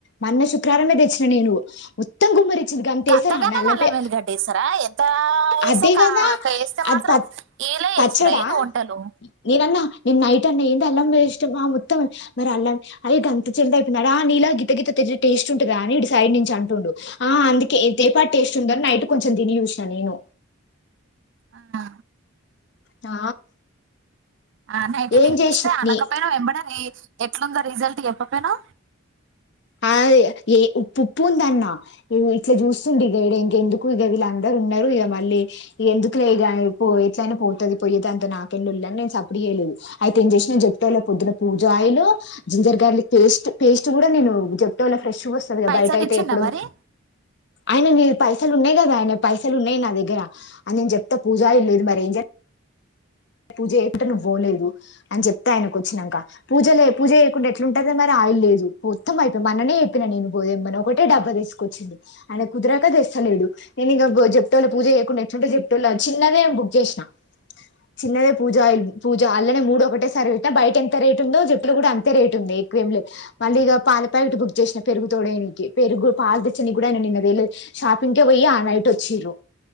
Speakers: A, on the left; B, on the right.
A: మన శుక్రవారంమే తెచ్చిన నేను మొత్తం గుమ్మరిఇచ్చింది గంతేస్తారని
B: గంతగానే
A: అల్లం
B: నల్ల
A: పే
B: ఎల్లిగడ్డ వేస్తారా ఎంత వేస్తే
A: అదే
B: కా
A: గదా
B: క- వేస్తే
A: అది
B: మాత్రం
A: ప
B: ఏలే
A: పచ్చడా
B: వేస్తురా ఏంది వంటలు
A: నేనన్నా నేను నైట్ అన్న ఏంది అల్లం ఇష్టం ఆ మొత్తం మరి అల్లం అయి గంత చల్ అయిపోయిందా రా ఆ నీలా గిత్త గిత్త టేస్ట్ ఉంటదా అని ఇటు సైడ్ నుంచి అంటుడు ఆ అందుకే ఏ పాటి టేస్ట్ ఉందఅని నైటు కొంచెం తిని చు నేను
B: ఆ
A: ఆ
B: ఆ నైట్
A: ఏం
B: తిని
A: చేసిన
B: చూస్తే అనకపోయినా
A: నీ
B: ఎంబడే ఎట్లుందో రిజల్ట్ చెప్పపోయినావు
A: ఆ ఏ ఉప్పు ఉప్పు ఉందన్న ఇట్లా చూస్తుంది ఇగా ఇంకా ఇంకెందుకు ఇగా వీళ్ళందరూ ఉన్నారు ఇగ మళ్ళీ ఎందుకు లేగాని ఎట్లయినా పోతది పోయే దాంతో నాకేం లొల్లి అని నేను సప్పుడు చేయలేదు అయితే ఏం చేసిన జప్టాల పొద్ననా పూజ oil ginger garlic paste paste కూడా నేను జఫ్టోలో ఫ్రెష్గా వస్తుంది కదా
B: పైసలు
A: బయట అయితే
B: ఇచ్చిందా
A: ఎప్పుడు
B: మరి
A: ఆయన నే పైసలు ఉన్నాయి కదా ఆయన పైసలు ఉన్నాయి నా దగ్గర అ నేను చెప్తా పూజా ఆయిల్ లేదు మరి ఏం చె పూజ చెయ్యకుంటే నువ్వు పోలేవు అని చెప్తే ఆయనకు వచ్చినంక పూజలు పూజ చేయకుంటే ఎట్లుంటంది మరి లేదు మొత్తం అయిపోయి మొన్ననే చెప్పిన నేను పోదేమని ఒకటే డబ్బా తీసుకొచ్చిండు ఆయనకు కుదరక తెస్తాల లేడు నేను ఇగా జప్టోల పూజ చేయకుండా ఎట్లుంట జప్టోలా చిన్నదే బుక్ చేసిన
B: <inaudible>
A: చిన్నదే పూజ ఆయిల్ పూజ అలానే మూడు సర్విట్ల బయట ఎంత రేట్ ఉందో జట్లు కూడా అంతే రేట్ ఉంది ఎక్కువ ఏం లేదు మళ్ళీ ఇగా పాల ప్యాకెట్ బుక్ చేసిన పెరుగు తోడయ్యనీకి పెరుగు పాలు తెచ్చని కూడా నిన్న తేలేదు షాపింగ్కే పోయి ఆ నైట్ వచ్చిర్రు